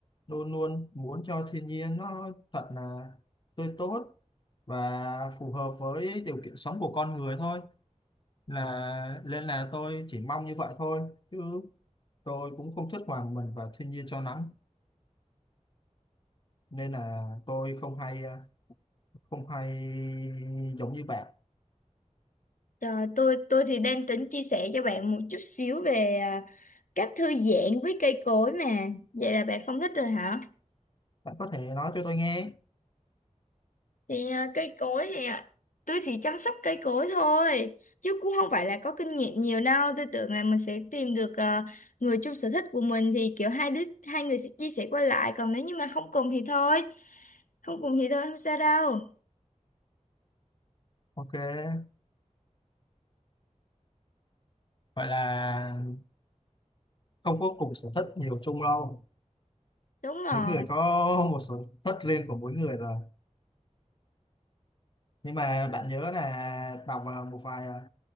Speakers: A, on the left; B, on the left.
A: luôn luôn muốn cho thiên nhiên nó thật là tươi tốt và phù hợp với điều kiện sống của con người thôi là nên là tôi chỉ mong như vậy thôi chứ tôi cũng không thích hòa mình vào thiên nhiên cho lắm nên là tôi không hay không hay giống như bạn
B: Rồi, tôi tôi thì đang tính chia sẻ cho bạn một chút xíu về à, cách thư giãn với cây cối mà. Vậy là bạn không thích rồi hả?
A: bạn có thể nói cho tôi nghe
B: Thì à, cây cối thì à, tôi chỉ chăm sóc cây cối thôi, chứ cũng không phải là có kinh nghiệm nhiều đâu. Tôi tưởng là mình sẽ tìm được à, người chung sở thích của mình thì kiểu hai đứa hai người sẽ chia sẻ qua lại, còn nếu như mà không cùng thì thôi. Không cùng thì thôi, không sao đâu.
A: ok vậy là không có cùng sở thích nhiều chung đâu
B: Đúng rồi.
A: mỗi người có một sở thích riêng của mỗi người rồi nhưng mà bạn nhớ là đọc vào một vài à,